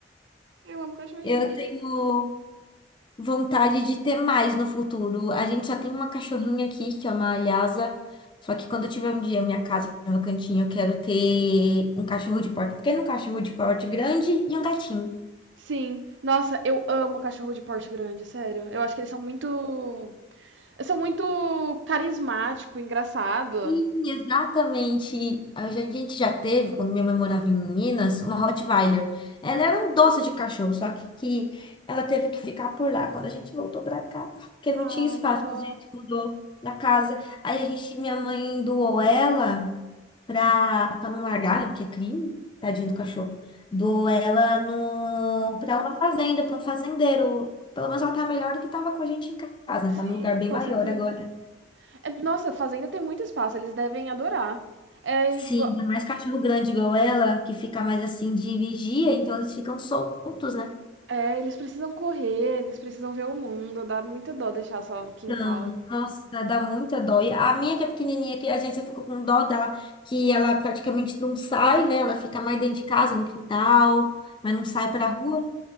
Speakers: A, on the right (about 85°); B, on the left (about 25°).
A: Eu amo cachorrinho.
B: Eu tenho vontade de ter mais no futuro. A gente só tem uma cachorrinha aqui, que é uma Lhasa. Só que quando eu tiver um dia minha casa, meu cantinho, eu quero ter um cachorro de porte pequeno, um cachorro de porte grande e um gatinho.
A: Sim. Nossa, eu amo cachorro de porte grande, sério. Eu acho que eles são muito. Eles são muito carismático, engraçado.
B: Sim, Exatamente. E A gen- a gente já teve, quando minha mãe morava em Minas, uma Rottweiler. Ela era um doce de cachorro, só que ela teve que ficar por lá quando a gente voltou pra cá, porque
A: Ai,
B: não tinha espaço,
A: que dó.
B: quando a gente mudou da casa. Aí a gente, minha mãe doou ela pra, pra não largar, né? Porque é crime, tadinho do cachorro. Doou ela no, pra uma fazenda, pra um fazendeiro. Pelo menos ela tá melhor do que tava com a gente em casa, né?
A: Sim,
B: Tá num lugar bem
A: com
B: maior
A: certeza.
B: agora.
A: É, nossa, fazenda tem muito espaço, eles devem adorar. É
B: Sim,
A: igual.
B: ainda mais cachorro grande igual ela, que fica mais assim de vigia, então eles ficam soltos, né?
A: É, eles precisam correr, eles precisam ver o mundo, dá muita dó deixar só no quintal.
B: Então, nossa, dá muita dó. E a minha que é pequenininha, que a gente ficou com dó dela, que ela praticamente não sai, né? Ela fica mais dentro de casa, no quintal, mas não sai pra rua.